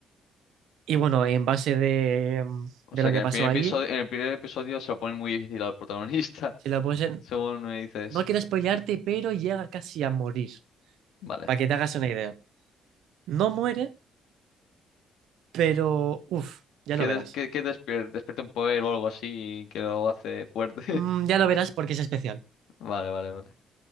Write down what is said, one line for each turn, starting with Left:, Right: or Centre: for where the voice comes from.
Right: Y bueno, en base de, mm,
Left: O
Right: de
Left: sea
Right: lo
Left: que
Right: que
Left: en
Right: pasó
Left: el primer
Right: ahí,
Left: episodio, en el primer episodio se lo ponen muy difícil al protagonista,
Right: si lo
Left: <laughs>
Right: pones en-
Left: según me dices.
Right: No quiero spoilearte, pero llega casi a morir,
Left: Vale.
Right: para que te hagas una idea. No muere, pero... uff, ya
Left: Que,
Right: lo
Left: des-
Right: verás.
Left: que, que despier- despierte un poder o algo así que lo hace fuerte.
Right: Mm, ya lo verás porque es especial.
Left: <laughs> Vale, vale, vale.